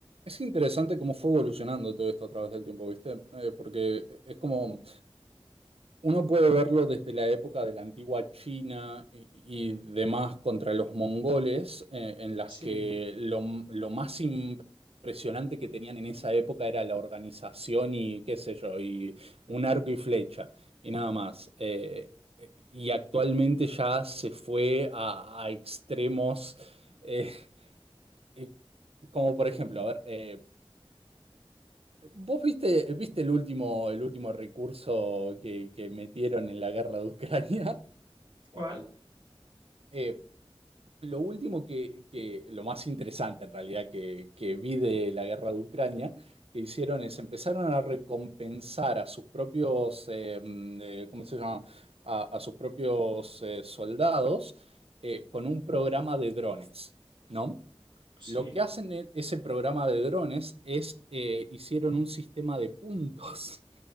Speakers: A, on the right; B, on the right.
A: Es interesante cómo fue evolucionando todo esto a través del tiempo, ¿viste? Eh, porque es como uno puede verlo desde la época de la antigua China y, y demás contra los mongoles, eh, en las
B: Sí,
A: que lo, lo más impresionante que tenían en esa época era la organización y qué sé yo, y un arco y flecha, y nada más. Eh, y actualmente ya se fue a, a extremos. eh, eh, como por ejemplo, a ver, eh, ¿Vos viste, viste el último, el último recurso que, que metieron en la guerra de Ucrania? <laughs>
B: ¿cuál?
A: Eh, lo último que, que- lo más interesante en realidad que, que vi de la guerra de Ucrania, que hicieron es empezaron a recompensar a sus propios, eh, mm, eh, ¿cómo se llama? A, a sus propios eh, soldados eh, con un programa de drones, ¿no? Lo
B: Sí,
A: que hacen en ese programa de drones es, eh, hicieron un sistema de puntos.